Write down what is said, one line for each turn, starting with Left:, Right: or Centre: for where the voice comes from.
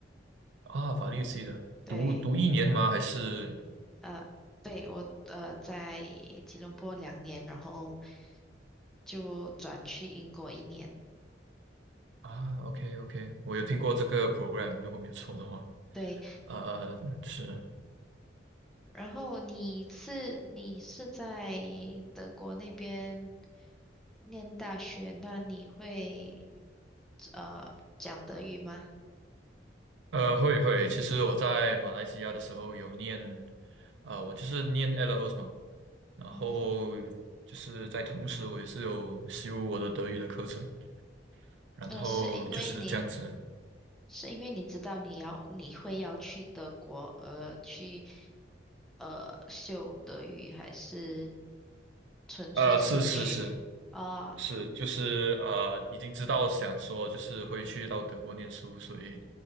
Right: 啊，法律系的，
Centre: 对，
Right: 读读一年吗？还是？
Centre: 呃，对我呃在吉隆坡两年，然后就转去英国一年，
Right: 啊，OK OK，我有听过这个 program，如果没有错的话，
Centre: 对，
Right: 呃，呃是，
Centre: 然后你是你是在德国那边念大学，那你会呃讲德语吗？
Right: 呃，会会，其实我在马来西亚的时候有念，啊、我就是念 e levels 嘛，然后
Centre: 嗯哼，
Right: 就是在同时我也是有修我的德语的课程，然后就是这样子，
Centre: 呃，是因为你是因为你知道你要你会要去德国，呃，去呃修德语，还是纯粹兴趣
Right: 呃，是是是
Centre: 啊？
Right: 是，就是呃，已经知道想说就是会去到德国念书，所以